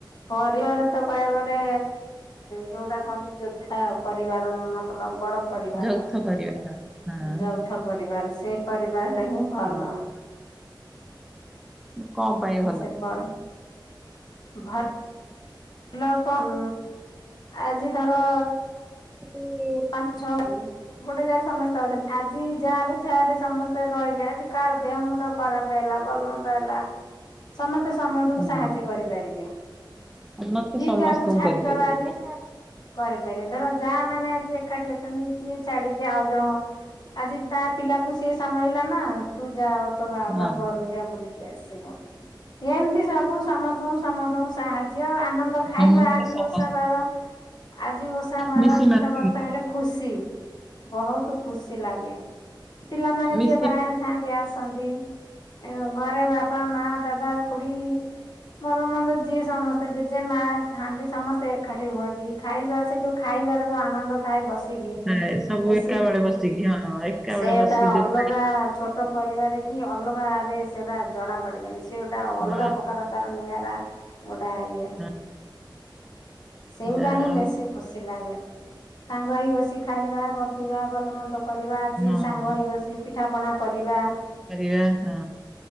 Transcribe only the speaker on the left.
ପରିବାର ତ କହିବାକୁ ଗଲେ ଯୋଉଟା କହନ୍ତି ଯୋଦ୍ଧା ପରିବାର ମତଲବ ବଡ ପରିବାର
ଯୌଥ ପରିବାର ସେଇ ପରିବାର ଟା ହିଁ ଭଲ।
ସେ ବ ଭ ଭଲ କନ ଆଜି ଧର
ପାଞ୍ଚ ଛଅ ଦି ଗୋଟେ ଯାଗାରେ ସମସ୍ତେ ଅଛନ୍ତି ଆଜି ଯା ରେ ଯା ରେ ସମସ୍ତେ ତେ ରହିଲେ ଆଜି କାହାର ଦେହ ମୁଣ୍ଡ ଖରାପ ହେଲା ଭଲ ମନ୍ଦ ହେଲା ସମତେ ସମନ୍ତକୁ
ସାହାଯ୍ୟ କରିପାରିବେ।
କିଏ
କାହାକୁ ଛାଡି
ଧର ଆଜି କରିପାରିବେ ଧର ଯା ଆ ମାନେ ଆଜି ଏଖା ଠି ଅଛନ୍ତି କିଏ ଛାଡିକି ଆଉ ଜଣ ଆଜି ତା ପିଲାକୁ ସିଏ ସମାଳିଲା ନା? ତୁ ଯା ତୋ ବା
ବାପ ଘରୁକୁ ଯା ବୁଲିକି ଆସିବୁ ଏମିତି ସବୁ ସମସ୍ତଙ୍କୁ ସମସ୍ତଙ୍କୁ ସ ସାହାଯ୍ୟ ଆନନ୍ଦ ଖାଇବା
ଆଜି
ଓଷା ବାର ଆଜି ଓଷା ବାର
ତୀର୍ଥ
ଭର ତା ହେଲେ ଖୁସି ବହୁତ ଖୁସି ଲାଗେ ପିଲାମାନେ
ଯିଏ ବାହାରେ ଥାଆନ୍ତି ଆସନ୍ତି, ଏଅ ଘରେ ବାପା, ମା, ଦାଦା, ଖୁଡି <unintelligible> ଯିଏ ସମସ୍ତେ ଜେଜେ ମା ଥାଆନ୍ତି ସମସ୍ତେ ଏକାଠି ହୁଅନ୍ତି। ଖାଇବା ସେ ଯୋଉ ଖାଇବାର ଯୋଉ ଆନନ୍ଦ ଥାଏ ବସିକି
ମିଶିକି
ସେଟା
ଅଲଗା
ଛୋଟ ପରିବାର କି ଅଲଗାରେ ସେଟା ଜଣା ପଡିବନି, ସେ ଗୋଟା ଅଲଗା
ପ୍ରକାର ତାର ନିଆରା ଗୋଟା ଇଏ।
ସେଗୁଟା
ହିଁ
ବେଶୀ ଖୁସି ଲାଗେ। ସାଙ୍ଗ ହେଇ ବସି ଖାଇବା, ଗପିବା, ଭଲ ମନ୍ଦ କରିବା, ଆଜି
ସାଙ୍ଗ
ହେଇ ବସି ପିଠା ପଣା କରିବା।